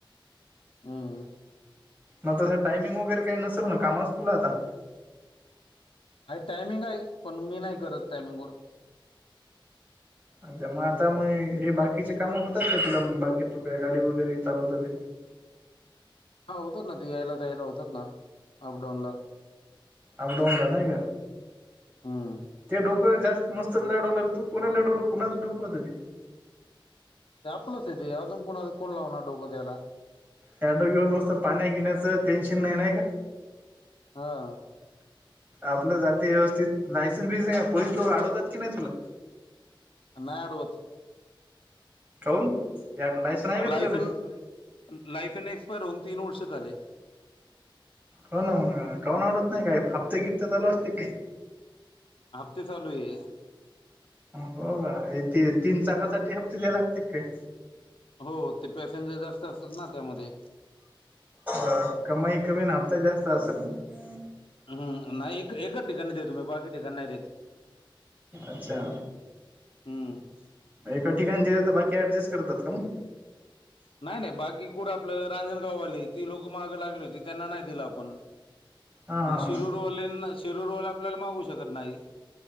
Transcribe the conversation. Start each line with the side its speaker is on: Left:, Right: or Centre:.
Left: हम्म
Right: मग तसं टायमिंग वगैरे काही नसेल ना कामाच तुला आता?
Left: आहे टाइमिंग आहे, पण मी नाय करत टायमिंगवर.
Right: अच्छा आता म हे बाकीचे काम होतात का तुला‌ म बाकी तू काय गाडी वगैरे ‌ चालवतो ते.
Left: हा होतात ना ते यायला जायला होतात ना अब डाऊन ला.
Right: अप डाऊनला नाय का.
Left: हम्म
Right: ते डोक जास्त मस्त लढवलं र तू. कुणी लढवलं, कुणाच डोकं होतं ते?
Left: ते आपलंच आहे ते. अजून कोणाचं कोण लावणार डोकं त्याला.
Right: ह्या <unintelligible> मस्त पाण्या गिण्याचं टेन्शन नाही नाही का?
Left: हा.
Right: आपलं जातंय व्यवस्थित. लायसन बीसन हाय पोलीस लोक अडवतात की नाही तुला?
Left: नाय आठवत.
Right: काऊन? यार लायसन हाय का
Left: लायसन
Right: ‌तुझ्या‌पशी?
Left: लायसन एक्सपायर होऊन तीन वर्षे झाले.
Right: हो ना मग, काऊन आवडत नाही काय? हाप्ते घिफ्ते चालू असते की काय?
Left: हफ्ते चालू आहे.
Right: हो का ते तीन चाकासाठी हप्ते द्याय लागते का काय?
Left: हो ते पॅसेंजर जास्त असतात ना त्यामध्ये.
Right: अ कमाई कमी अन् हप्ता जास्त असल मग.
Left: हम्म नाही एका एकाच ठिकाणी देतो मी, बाकी ठिकाणी नाही देतं.
Right: अच्छा.
Left: हम्म.
Right: एका ठिकाणी दिले तर, बाकी ऍडजस्ट करतात का मग?
Left: नाही नाही बाकी कुठं आपलं रांजणगाववाले ती लोक मागं लागली होती त्यांना नाही दिलं आपण.
Right: हा हा
Left: मग शिरूरवालींना
Right: हा
Left: शिरूरवाले आपल्याला मागू शकत नाही.